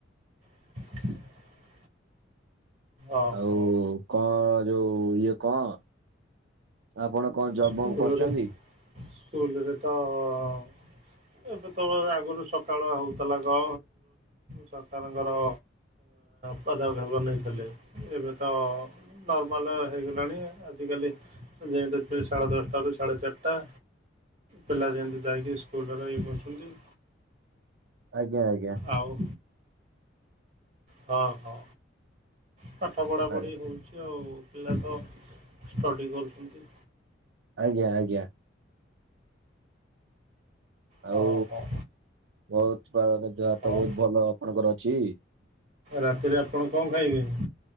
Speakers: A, on the right (about 35°); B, on the right (about 75°).
A: <inaudible> ଓହୋ
B: ଆଉ କଣ ଯୋଉ ଇଏ କଣ ଆପଣ କଣ ଜବ୍
A: ସ୍କୁଲରେ,
B: ବବ୍ କରୁଛନ୍ତି?
A: ସ୍କୁଲରେ ତ ଅ ଏବେ ତ ଆଗରୁ ସକାଳ ହଉଥିଲା ଗ ସରକାରଙ୍କର ପାଦ ଗବ <unintelligible> ନେଇଥିଲେ ଏବେ ତ ନର୍ମାଲ ହେଇଗଲାଣି ଆଜିକାଲି ଯେହେତୁ ସେ ସାଢ଼େ ଦଶଟାରୁ ସାଢ଼େ ଚାରିଟା ପିଲା ଯେମିତି ଯାଇକି ସ୍କୁଲରେ ଇଏ କରୁଛନ୍ତି।
B: ଆଜ୍ଞା, ଆଜ୍ଞା।
A: ଆଉ ହ, ହଁ ପାଠ ପଢା ପଢି
B: ଆ-
A: ହଉଛି ଆଉ। ପିଲା ତ ଷ୍ଟଡ଼ି କରୁଛନ୍ତି।
B: ଆଜ୍ଞା, ଆଜ୍ଞା।
A: ହଁ
B: ଆଉ
A: ହଁ
B: ବହୁତ ପା ଦେହ ହାତ
A: ହଉ
B: ବହୁତ ଭଲ ଆପଣଙ୍କର ଅଛି।
A: ରାତିରେ ଆପଣ କଣ ଖାଇବେ?